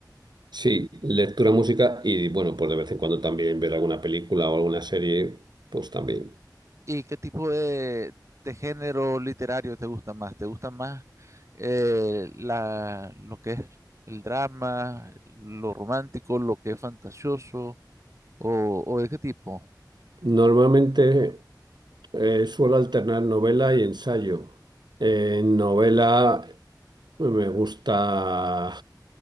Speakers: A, on the right (about 70°); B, on the right (about 40°).
A: sí, lectura, música y bueno, pues de vez en cuando también ver alguna película o alguna serie, pues también.
B: ¿Y qué tipo de, de género literario te gusta más? ¿Te gusta más eh, la, lo que es el drama, lo romántico, lo que es fantasioso? ¿O, o de qué tipo?
A: Normalmente eh, suelo alternar novela y ensayo. En novela Pues Me gusta